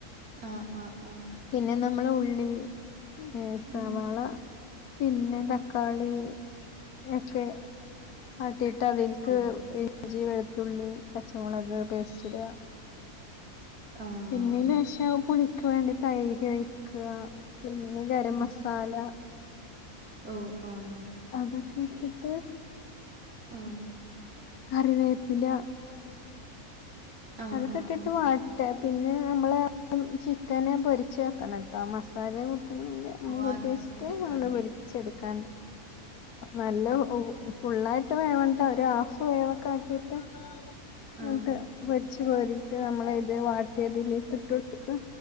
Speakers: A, on the right; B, on the left.
A: ആഹ് ആഹ് ആഹ്
B: പിന്നെ നമ്മള ഉള്ളി, ഏ സവാള
A: ഉം
B: പിന്നെ തക്കാളി ഒക്കെ വാട്ടിയിട്ട് അതിലേക്ക്
A: ഓഹ്
B: ഇഞ്ചി വെളുത്തുള്ളി പച്ചമുളക് പേസ്റ്റിടുക.
A: ആഹ്
B: പിന്നെ അയിൻ്റെശേഷം പുളിക്ക് വേണ്ടി തൈര് ഒഴിക്ക പിന്നെ ഗരം
A: ഉം
B: മസ സാല
A: ഓഹ് ആഹ്
B: അതൊക്കെ ഇട്ടിട്ട്
A: ആഹ്
B: കറിവേപ്പില
A: ആഹ്
B: അതൊക്കെ
A: ആഹ്
B: ഇട്ടിട്ട്
A: ആഹ്
B: വാട്ട പിന്നെ നമ്മൾ ചിക്കന് പൊരിച്ച് വെക്കണം കേട്ടോ ആ മസാല കൂട്ടണമെങ്കിൽ
A: പോവാൻ
B: മുട്ടി വെച്ചിട്ട്
A: നിക്കണം
B: അങ്ങട് പെരിച്ചെടുക്കാണ്ട് നല്ല ഫുള്ളായിട്ട് വേവണ്ട ഒരു ഹാഫ് വേവ്ഒക്കെ ആക്കിട്ട്
A: ആഹ്
B: എന്നിട്ട് പെരിച്ച്കോരിട്ട് നമ്മള് ഇത് വാട്ടിയതിലേക്ക് ഇട്ട് കൊടുക്ക.